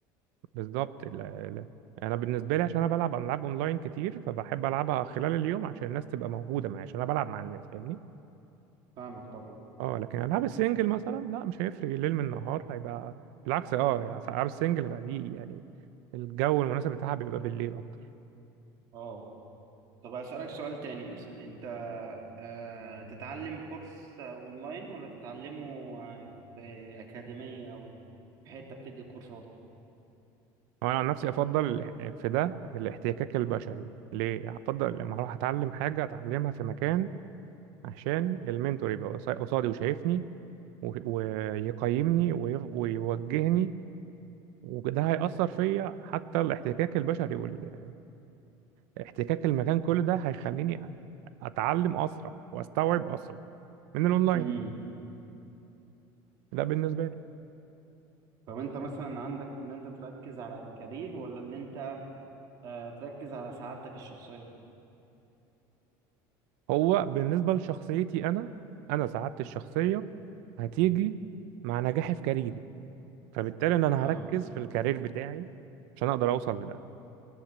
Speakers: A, on the right; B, on the right.
A: بالظبط ال- ال- انا بالنسبه لي عشان انا بلعب العاب اونلاين كتير فبحب العبها خلال اليوم عشان الناس تبقى موجوده معايا عشان انا بلعب مع الناس فاهمني
B: فاهمك طبعا
A: اه لكن العاب السنجل مثلا لا مش هيفرق الليل من النهار هيبقى بالعكس اه يعني العاب السنجل بقى دي يعني الجو المناسب بتاعها بيبقى بالليل اكتر
B: اه طب أسألك سؤال تاني مثلا أنت آه، تتعلم كورس آه، أونلاين ولا تتعلمه آه، في أكاديمية أو في حتة بتدي كورسات؟
A: هو انا عن نفسي افضل الاح- في ده الاحتكاك البشري ليه افضل لما اروح اتعلم حاجه اتعلمها في مكان عشان المنتور يبقى قصا- قصادي وشايفني و- ويقيمني ويف- ويوجهني وده هيأثر فيا حتى الاحتكاك البشري وال... والاحتكاك المكان كل ده هيخليني أتعلم أسرع وأستوعب أسرع من الأونلاين
B: امم
A: ده بالنسبة لي
B: طب أنت مثلا عندك اللي أنت تركز على الكارير ولا اللي أنت آه، تركز على سعادتك الشخصية؟
A: هو بالنسبة لشخصيتي أنا أنا سعادتي الشخصية هتيجي مع نجاحي في كاريري فبالتالي إن أنا
B: أه
A: هركز في الكارير بتاعي عشان أقدر أوصل لده